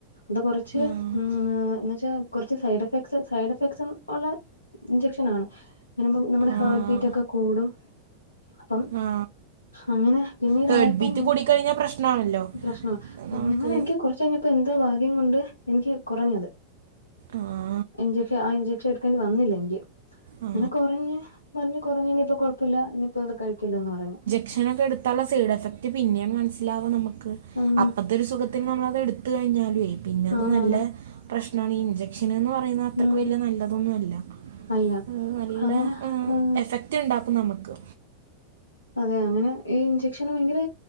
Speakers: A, on the left; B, on the right.
A: ത് ച്ച്
B: ആ,
A: ഏഹ് ന്നെച്ചാ കൊർച്ച് സൈഡെഫെക്ട്സ് സൈഡെഫക്ട്സും ഉള്ള ഇഞ്ചക്ഷനാണ്. ഇടുമ്പം നമ്മടെ ഹേർട്ട്
B: ആ.
A: ബീറ്റൊക്കെ കൂടും. അപ്പം
B: ആ
A: അങ്ങനെ പിന്നീടായപ്പം
B: തേർഡ് ബീറ്റ്
A: ഞാൻ
B: കൂടിക്കഴിഞ്ഞാൽ പ്രശ്നമാണല്ലോ
A: പ്രശ്നാ
B: നമുക്ക്
A: ന്ന്ങ്ങനെ എനിക്ക് കൊർച്ചഴിഞ്ഞ പ്പൻ്റെ ഭാഗ്യം കൊണ്ട് എനിക്കി കൊറഞ്ഞത്.
B: ആഹ്.
A: ഇഞ്ചക്ഷന ‌ ആ ഇഞ്ചെക്ഷട്ക്കേണ്ടി വന്നില്ലെനിക്ക്
B: ആ.
A: അങ്ങനെ കൊറഞ്ഞ് പർഞ്ഞ് കൊർഞ്ഞ് ഇനിയിപ്പൊ കൊഴപ്പല്ല ഇനിയിപ്പത് കഴിക്കല്ലേ ന്ന് പറഞ്ഞു.
B: ക്ഷനെക്കെട്ത്താള്ള സൈഡെഫെക്ട് പിന്നെണ് മൻസിലാവ നമ്മക്ക്.
A: ഉം
B: അപ്പ തൊരു സുഖത്തിന് നമ്മളത് എട്ത്ത് കഴിഞ്ഞാല്വേ പിന്നെ അത്
A: ആന്നാണ്
B: നല്ല പ്രശ് നാണ്. ഈ ഇൻജെക്ഷന് ന്ന് പറയുന്ന അത്രയ്ക്ക്
A: ഉം
B: വെല്യ നല്ലതൊന്നല്ല.
A: അല്ല
B: ഉം നല്ല
A: അങ്ങനെ
B: എഹ്
A: ഉം
B: എഫക്റ്റ് ണ്ടാക്കും നമക്ക്.
A: അതെ അങ്ങനെ ഈ ഇഞ്ചെക്ഷന് ഭയങ്കര